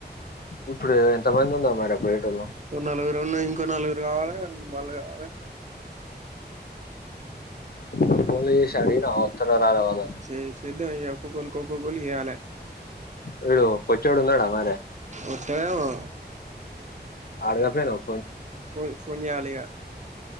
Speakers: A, on the left; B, on the right.
A: ఇప్పుడు ఎంత మంది ఉందో మరి పోయేటోళ్ళు
B: ఓ నలుగురు ఉన్నాం ఇంకో నలుగురు కావాలి రెండు బండ్లు కావాలే
A: ఆ ఫోన్లు చేసి అడిగినవా వత్తరో రారో వాళ్లను
B: చే చేద్దాం ఇగ ఒక్కొక్కలికి ఒక్కొక్కలికి చేయాలే
A: విడు పొట్టోడు ఉన్నాడా మరే
B: వత్తడేమో
A: ఆడగ పోయినవ్
B: ఫోన్ ఫోన్ చేయాలే లే ఇగా